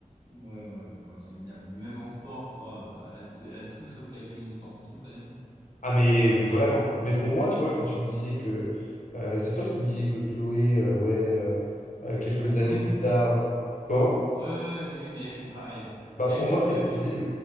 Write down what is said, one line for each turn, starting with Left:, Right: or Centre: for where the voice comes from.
Right: Ouais, ouais, ouais, c'est minable. Mais même en sport, je crois, euh, elle a, t- elle a tout sauf la gueule d'une sportive quand même.
Left: Ah, mais vraiment. Mais pour moi, tu vois, quand tu me disais que... euh, c'est toi qui me disais que Chloé, euh, ouais, euh, euh, quelques
Right: Ah
Left: années
Right: oui.
Left: plus tard... Quand?
Right: Ouais, ouais, ouais, ouais, mais elle, c'est pareil. hein.
Left: Bah
Right: Elle,
Left: pour
Right: sauf
Left: moi, c'est...
Right: que
Left: c'est-